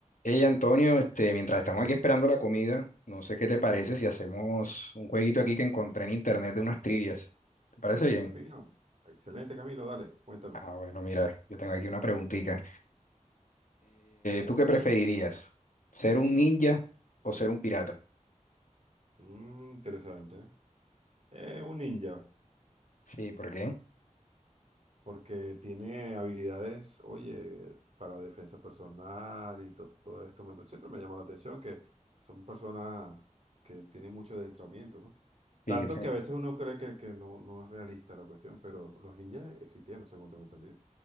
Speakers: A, on the left (about 75°); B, on the right (about 55°).
A: Hey Antonio, este, mientras estamos aquí esperando la comida, no sé qué te parece si hacemos un jueguito aquí que encontré en internet de unas trivias. ¿Te parece bien?
B: Fino. Excelente, Camilo, dale, cuéntame.
A: Ah, bueno, mira, yo tengo aquí una preguntita. ¿tú qué preferirías? ¿Ser un ninja o ser un pirata?
B: Mm, interesante. Es un ninja,
A: Sí, ¿por qué?
B: porque tiene habilidades, oye, para defensa personal y to- todo, esto. me- siempre me llama la atención que son personas que tienen mucho adentramiento, ¿no? Tanto
A: Sí, yo tengo-
B: que a veces uno cree que, que no, no es realista la cuestión, pero los ninjas existieron, según tengo entendido.